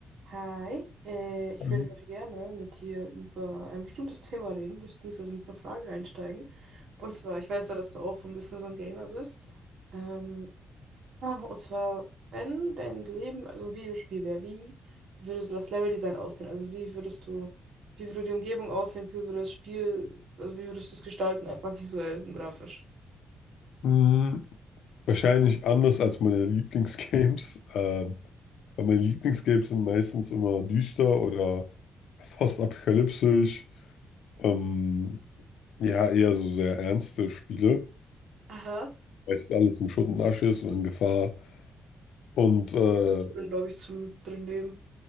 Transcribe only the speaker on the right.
Hi, äh, ich
würde heute gerne mit dir über ein bestimmtes <laughs> Thema reden, beziehungsweise mit einer Frage einsteigen. Und zwar, ich weiß ja, dass du auch ein bisschen so ein Gamer bist. Ähm, und zwar, wenn dein Leben also ein Videospiel wäre, wie würde so das Leveldesign aussehen? Also wie würdest du, wie würde die Umgebung aussehen, wie würde das Spiel, also wie würdest du es gestalten, einfach visuell und grafisch?
Aha.
Das
ist nicht so drin, glaube ich, zum drin Leben.